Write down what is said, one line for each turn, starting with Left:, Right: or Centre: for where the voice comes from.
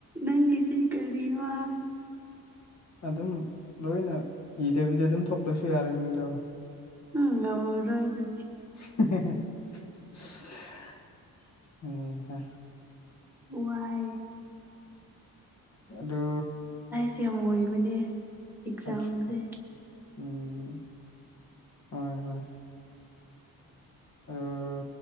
Centre: ꯅꯪꯒꯤꯁꯦ ꯀꯔꯤ ꯋꯥ
Left: ꯑꯗꯨꯝ ꯂꯣꯏꯅ ꯏꯗꯕꯤꯗ ꯑꯗꯨꯝ ꯊꯣꯛꯂꯁꯨ ꯌꯥꯔꯅꯤ ꯑꯗꯣ
Centre: ꯑꯥ ꯉꯝꯃꯔꯣꯏ ꯑꯩꯗꯤ
Left: <unintelligible>
Centre: ꯋꯥꯏ
Left: ꯑꯗꯨ
Centre: ꯁꯤ ꯑꯦꯝ ꯑꯣꯏꯕꯅꯦ ꯑꯦꯛꯖꯥꯝꯁꯦ
Left: ꯑꯆꯥ ꯎꯝ ꯍꯣꯏ ꯍꯣꯏ ꯑꯥ